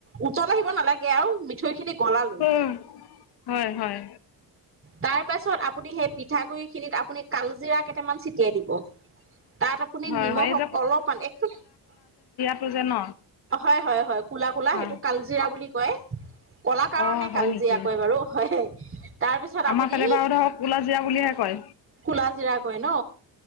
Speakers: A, on the right; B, on the left.
A: উতল আহিব নালাগে আৰু মিঠৈ খিনি কলালৈ,
B: হয় হয় হয়
A: তাই পাছত সেই পিঠাগুড়িখিনিত আপুনি কালজিৰা কেইটামান চটিয়াই দিব। তাত আপুনি
B: হয়
A: নিমখ
B: হয় এই
A: অক অলপমান এক টো
B: খুজে ন?
A: হয় হয় হয় কুলা কুলা
B: হয়
A: সেইটো কালজিৰা বুলি কয়। ক'লা কাৰণে
B: অ' হয়
A: কালজীয়া
B: নেকি
A: কয় বাৰু হয়। তাৰ পিছত আপুনি
B: আমাৰ ফালে বাৰু ধৰক কুলাজিৰা বুলিহে কয়।
A: কোলা জিৰা। কয় ন?